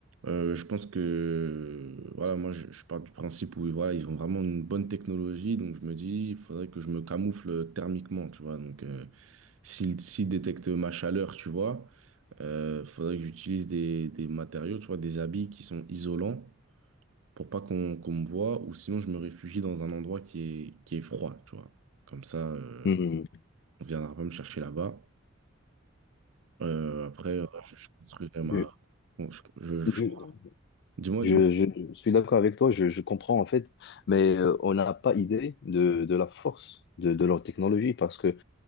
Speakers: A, on the right; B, on the left.
A: euh, je pense que voilà, moi je, je pars du principe où voilà, ils ont vraiment une bonne technologie, donc je me dis, il faudrait que je me camoufle thermiquement, tu vois. Donc euh, s'ils s'ils détectent ma chaleur, tu vois, euh, faudrait que j'utilise des, des matériaux, tu vois, des habits qui sont isolants pour pas qu'on qu'on me voit, ou sinon je me réfugie dans un endroit qui est, qui est froid, tu vois. Comme ça, euh,
B: hmm.
A: on viendra pas me chercher là-bas. Euh, après, euh, je, je construirai ma.
B: Je,
A: bon, je, je, je...
B: je,
A: Dis-moi,
B: je-
A: dis-moi.
B: je- je suis d'accord avec toi, je, je comprends en fait, mais euh, on n'a pas idée de, de la force de, de leur technologie parce que